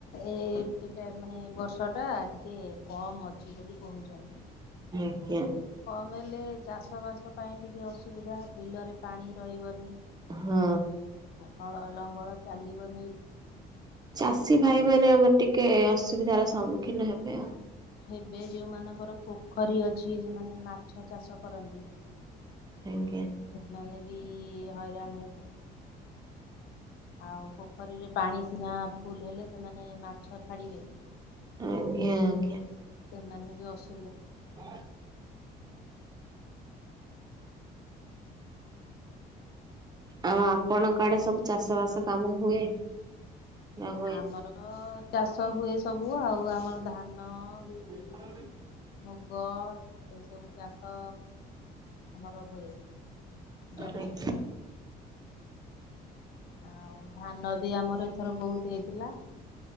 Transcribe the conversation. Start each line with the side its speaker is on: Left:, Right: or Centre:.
Left: ଏଇ ଏଇଟା ମାନେ ଏ ବର୍ଷ ଟା ଟିକେ କମ ଅଛି ବୋଲି କହୁଛନ୍ତି।
Right: ଆଜ୍ଞା।
Left: କମେଲେ ଚାଷବାସ ପାଇଁ ଟିକିେ ଅସୁବିଧା ବିଲରେ ପାଣି ରହିବନି।
Right: ହଁ।
Left: ହଳ ଲଙ୍ଗଳ ଚାଲିବ।
Right: ଚାଷୀ ଭାଇ ମାନେ ଆମେ ଟିକେ ଅସୁବିଧାର ସମୁ। କି ନ ହେବେ ଆଉ।
Left: ହେବେ ଯୋଉମାନଙ୍କର ପୋଖରୀ ଅଛି ସେମାନେ ମାଛ ଚାଷ କରନ୍ତି।
Right: ଆଜ୍ଞା।
Left: ସେମାନେ ବି ହଇରାଣ ହେବେ। ଆଉ ପୋଖରୀରେ। ପାଣି ସିନା ଫୁଲ ହେଲେ ସେମାନେ ମାଛ। ଛାଡ଼ିବେ।
Right: ଆଜ୍ଞା ଆଜ୍ଞା।
Left: ସେମାନେ ବି ଅସୁ
Right: <unintelligible> ଆଉ ଆପଣଙ୍କ ଆଡେ ସବୁ ଚାଷ ବାସ କାମ ହୁଏ। ନା ହୁଏନି?
Left: ଆମର ଚାଷ ହୁଏ ସବୁ। ହବୁ ଆଉ ଆମର ଧାନ
Right: <unintelligible>
Left: ବିରି ମୁଗ। ଏସବୁ ଚାଷ ଆମର ହୁଏ ଜମିରୁ।
Right: ଆଜ୍ଞା।
Left: ଆଉ ଧାନ ବି ଆମର। ଏଥର ବହୁତ ହେଇଥିଲା।